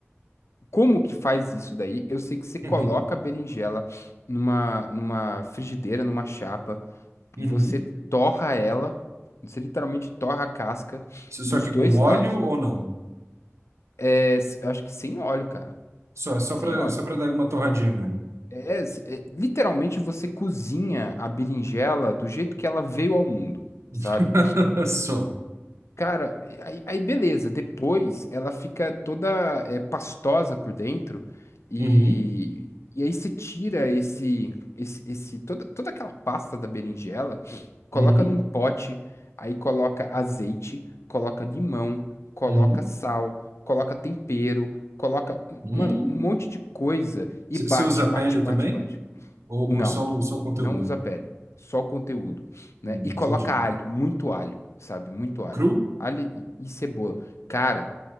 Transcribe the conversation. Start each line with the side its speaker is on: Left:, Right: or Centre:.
Left: Como que faz isso daí? Eu sei que você coloca
Right: Uhum,
Left: a berinjela numa, numa frigideira, numa chapa,
Right: uhum.
Left: você torra ela, você literalmente torra a casca
Right: Só
Left: dos
Right: só que
Left: dois
Right: com óleo
Left: lados,
Right: ou não?
Left: é, s- acho que sem óleo, cara,
Right: Só, só
Left: sem
Right: para
Left: óleo.
Right: só para dar uma torradinha mesmo.
Left: É, s- é, literalmente você cozinha a berinjela do jeito que ela veio ao mundo,
Right: <laughs>
Left: sabe?
Right: Só.
Left: Cara, aí, aí beleza. Depois ela fica toda é, pastosa por dentro e,
Right: Uhum,
Left: e aí você tira esse, esse, esse toda, toda aquela pasta da berinjela, coloca
Right: uhum,
Left: num pote, aí coloca azeite, coloca limão, coloca
Right: uhum.
Left: sal, coloca tempero, coloca,
Right: Hum.
Left: mano, um monte de coisa e
Right: C-
Left: bate,
Right: Você usa a
Left: bate,
Right: pele
Left: bate,
Right: também?
Left: bate.
Right: Ou,
Left: Não,
Right: ou só, o, só o conteúdo?
Left: não usa pele, só o conteúdo, né?
Right: Hum,
Left: E
Right: entendi.
Left: coloca alho, muito alho, sabe? Muito alho.
Right: Cru?
Left: Alho e e cebola. Cara,